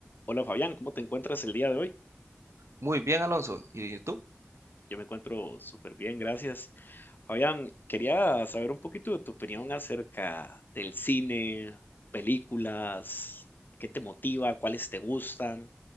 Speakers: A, on the left; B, on the right.
A: Hola Fabián, ¿cómo te encuentras el día de hoy?
B: Muy bien, Alonso. ¿Y tú?
A: Yo me encuentro súper bien, gracias. Fabián, quería saber un poquito de tu opinión acerca del cine, películas, qué te motiva, cuáles te gustan.